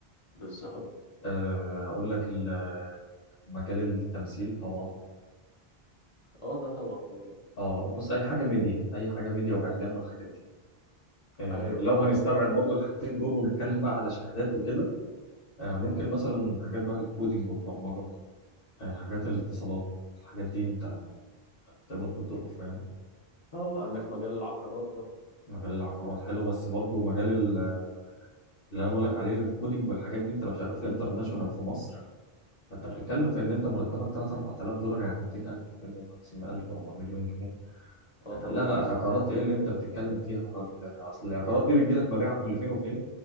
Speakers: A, on the left; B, on the left.
A: بالظبط
B: آه هقول لك ال- مجال التمثيل طبعا
A: اه ده طبعا كده كده
B: اه بص اي حاجة ميديا اي حاجة ميديا واعلام والحاجات دي آه
A: ايوه
B: لو
A: فاهم
B: هنستبعد برضو الحاجتين دول ونتكلم بقى على شهادات وكده آه ممكن
A: مم.
B: مثلا حاجات بقى الكودينج والبرمجة آه حاجات الاتصالات الحاجات دي انت بتقبض بالدولار فاهم
A: اه عندك مجال العقارات برضه
B: مجال العقارات حلو بس برضه مجال ال- اللي انا بقول لك عليه الكودينج والحاجات دي انت لو شغال في انترناشونال في مصر فانت
A: ايوه
B: بتتكلم
A: فاهم
B: في ان انت مرتبك 3 4000 دولار يعني 200000 250000 4 مليون جنيه
A: اه
B: آه،
A: طبعا
B: لا لا
A: اسعارها
B: عقارات
A: حلوه
B: ايه اللي
A: جدا
B: انت بتتكلم فيها يا راجل ده اصل العقارات دي بتجي لك مبيعها كل فين وفين